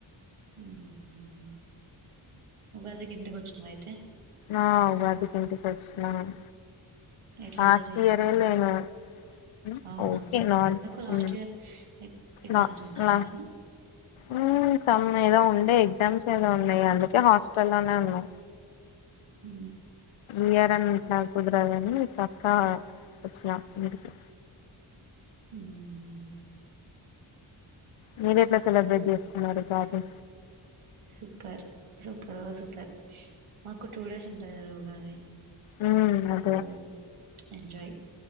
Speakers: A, on the right; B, on the left.
A: ఊహు ఉగాదిక్ ఇంటికి కొచ్చినవ అయితే
B: ఆ వదికి ఇంటి కొచ్చినన్
A: ఎట్లా
B: లాస్ట్
A: జరిగింది
B: ఇయర్
A: మరి
B: ఏ లేను ఉ
A: అవునా?
B: ఓకే నార్
A: ఎందుకు లాస్ట్
B: ఉ
A: ఇయర్ ఎ ఎగ్జామ్స్
B: న
A: ఉన్నాయా
B: న
A: ఏమన్నా?
B: ఊ సమ్ ఏదో ఉండే ఎగ్జామ్స్ ఏదో ఉన్నాయి అందుకే హాస్టల్ లోనే ఉన్నా
A: ఊ
B: ఈ ఇయరన్ ఇట్లా కుదరదని చక్క వచ్చినా ఇంటికి
A: ఊ హు
B: మీరు ఎట్లా సెలబ్రేట్ చేసుకున్నారు కాపు
A: సూపర్ సూపరో సూపర్ మాకు టూ డేస్ ఉంట ఏ ఉగాది
B: మ్మ్ అదే
A: సోమ్స్ ఎంజాయ్